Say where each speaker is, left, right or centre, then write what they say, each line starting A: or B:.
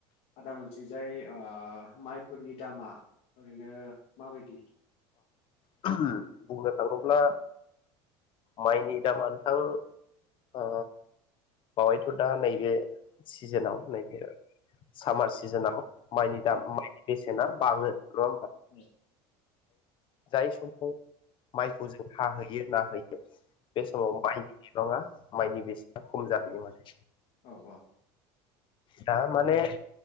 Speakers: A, on the left (about 60°); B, on the left (about 45°).
A: आदा मोनथिजाय ओ माइफोरनि दामा ओरैनो माबायदि?
B: <unintelligible> थाङोब्ला माइनि दामा नोथां ओ बावयैथ' दा नैबे सिजेनाव नैबे सामार सिजेनाव माइनि दाम
A: औ
B: माइनि बेसेना बाङो नङा होमबा।
A: औ
B: जाय समाव माइखौ जों हाहोयो नाहोयो बे समाव माइ बिबाङा माइनि बेसेना खम जाहैयो माने।
A: औ औ।
B: दा माने